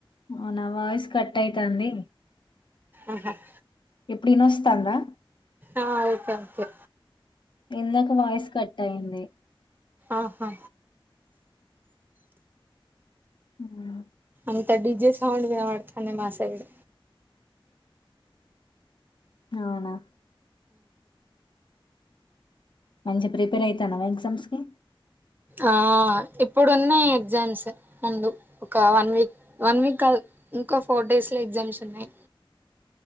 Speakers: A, on the left; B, on the right.
A: అవునా వాయిస్ కటైతుంది.
B: ఆహా‌ హ్.
A: వినోత్సోందా.
B: ఆహ్ ఓకే ఓకే.
A: ఇందాక వాయిస్ కట్ అయింది.
B: ఆహా.
A: ఉమ్
B: అంత డిజే సౌండ్ వినబడుతుంది మా సైడ్.
A: అవునా. మంచి ప్రిపేర్ అయితన్నావా ఎగ్జామ్స్ కి
B: ఆహ్ ఇప్పుడు ఉన్నాయి ఎగ్జామ్స్ ముందు ఒక వన్ వీక్ వన్ వీక్ కాదు. ఇంకా ఫోర్ డేస్ లో ఎగ్జామ్స్ ఉన్నాయి.